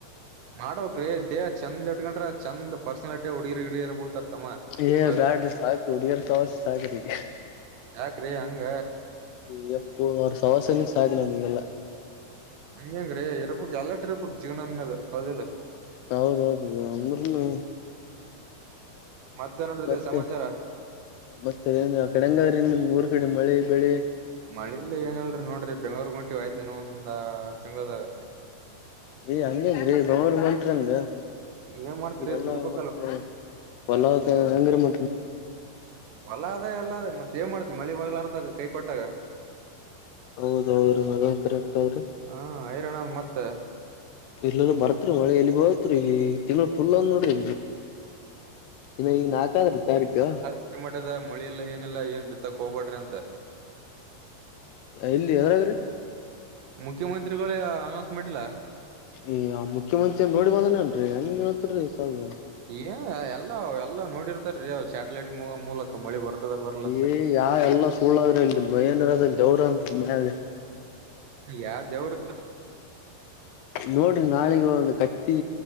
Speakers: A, on the right; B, on the left.
A: ಮಾಡ್ಬಕ್ರೀ ದೇಹ ಚಂದ್ ಇಡ್ಕಂಡ್ರ ಚಂದ್ ಪರ್ಸನಲ್ಟಿ ಹುಡ್ಗಿರ್ ಗಿಡ್ಗಿರ್ ಬಳ್ತಾರ್ ತಮ್ಮ.
B: ಏ
A: ಹೌದು
B: ಬ್ಯಾಡ್ರಿ ಸಾಕ್ ಹುಡ್ಗೇರ್ ಸಾವಾಸ ಸಾಕ್ರಿಗ.
A: ಯಾಕ್ರಿ ಹಂಗ.
B: ಅಯ್ಯಪ್ಪೋ ಅವ್ರ ಸವಾಸನೆ ಸಾಕ್ ನಮ್ಗೆಲ್ಲಾ.
A: ಹಂಗೆಂಗ್ರಿ ಇರಬಕ್ ಎಲ್ಲಟ್ ಇರ್ಬಕ್ ಜೀವ್ನ ಅಂದ್ಮೇಲೆ ಅವೌದಿಲ್ಲ.
B: ಹೌದೌದು ಅಂದ್ರೂನು.
A: ಮತ್ತೆ ನಡದ್ರಿ
B: ಮತ್ತೆ
A: ಸಮಾಚಾರ.
B: ಮತ್ತೆ ಏನ್ ಇಲ್ಲ ಅಕಾಡೆಗದ್ರಿ ನಿಮ್ ಊರ್ ಕಡಿ ಮಳಿ ಬೆಳಿ.
A: ಮಳಿಲ್ಲ ಏನಿಲ್ ನೋಡ್ರಿ ಬೆಂಗಳೂರ್ಗ್ ಹೊಂಟಿವ್ ಆಯ್ತ್ ಇನೊಂದಾ ತಿಂಗ್ಳುದಾಗ.
B: ಏ ಅಂಗೆಂಗ್ರಿ ಬೆಗಳೂರಿಗ್ ಬಂಟ್ರಂಗ
A: ಏನ್ ಮಾಡ್ತೀರಿ
B: ಇಲೆಲ್ಲ
A: ದುಡಿಬೇಕಲ್ಲ
B: ಮತ್ತ. ಒಲತ ಸಂಗ್ರ ಮ
A: ಅಲ್ಲ ಅದೇ ಅಲ್ಲ ಅದೆ ಮತ್ತತ್ ಏನ್ ಮಾಡ್ತ ಮಳಿ ಬಾಗಲಾರದಾಗ ಕೈ ಕೊಟ್ಟಾಗ
B: ಹೌದೌ್ರರಿ ಮಗಂತರ ಆಗ್ತಾವ್ರಿ
A: ಹಾ ಹಐರರಣ್ ಮತ್ತೆ
B: ಇಲ್ಲಲ್ಲ ಬರ್ತ್ೀ ಮಳೆ ಎಲ್ಲಿ ಹೋತ್ರಿ ತಿಂಗಳ ಫುಲ್ ಅಂದ್ ನೋಡ್ರಿ ಇನ್ನ ಈ ನಾಲ್ಕಾದ್ರೀ ತಾರೀಕು
A: ಮ ಮಠದ ಮಳಿ ಇಲ್ಲ ಏನಿಲ್ಲ ಏನ್ ಬಿತ್ತಕ್ ಹೋಗ್ಬಾ್ರಿ ಅಂತ
B: ಇಲ್ಲಿ ಯದ್ರ್ರಿ
A: ಮುಖ್ಯಮಂತ್ರಿಗಳ ಅನೌನ್ಸ್ ಮಾಡ್ಲಿಲ್ಲಾ
B: ಏ್್ ಮುಖ್ಯಮಂತ್ರಿ ನೋಡಿ ಬಂದಾನೇಏನ್ರರಿ ಹೆಂಗ್ ಹೇತ್ರಿೀ ಸಾಬ್ರ
A: ಏ ಎಲ್ಲ ಎಲ್ಲಾ ನೋಡಿರ್ತಾರೀ್ ಸ್ಯಾಟಲೈಟ್ ಮೂಲಕ ಮಳಿ ಬರ್ತದ ಬರ್ಲಂತ
B: ಏ ಯಾ ಎಲ್ಲಾ ಸುಳ್ಳಾದ್ರೆ ಇಲ್ಲಿ ಮಏನ ಇರದ ದವ್ರ ಅಂದ ಮಯೆ
A: ಯಾವ ದೇವ್ರ
B: ನೋಡ್ರಿ ನಾಳಗ ಒಂದು ಕತ್ತಿ